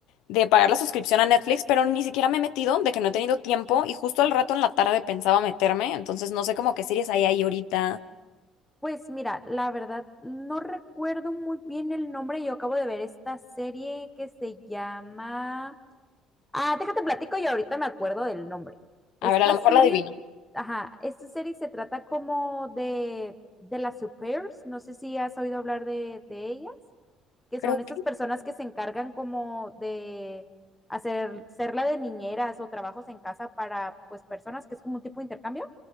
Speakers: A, on the left; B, in the centre.
A: de pagar la suscripción a Netflix, pero ni siquiera me he metido, de que no he tenido tiempo, y justo al rato en la tarde pensaba meterme, entonces no sé como qué series hay ahí ahorita.
B: Pues mira, la verdad no recuerdo muy bien el nombre, yo acabo de ver esta serie que se llama... Ah, déjate platico y ahorita me acuerdo del nombre. Esta
A: A ver, a lo
B: serie,
A: mejor la adivino.
B: ajá, esta serie se trata como de, de las supers, no sé si has oído hablar de, de ellas, que
A: Creo
B: son estas
A: que...
B: personas que se encargan como de hacer, ser la de niñeras o trabajos en casa para pues personas, que es como un tipo de intercambio.